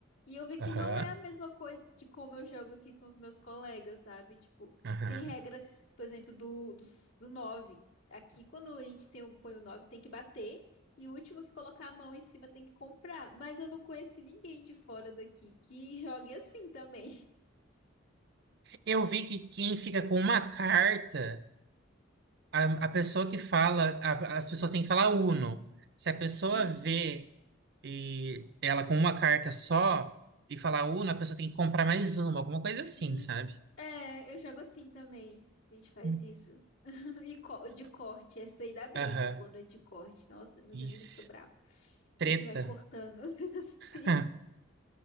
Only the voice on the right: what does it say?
Aham,
aham.
Eu vi que quem fica com uma carta. a, a pessoa que fala, a- as pessoas têm que falar Uno. Se a pessoa
vê e ela com uma carta só e falar Uno, a pessoa tem que comprar mais uma, alguma coisa assim,
sabe?
Hum.
Aham.
Isso.
Treta.
<laughs>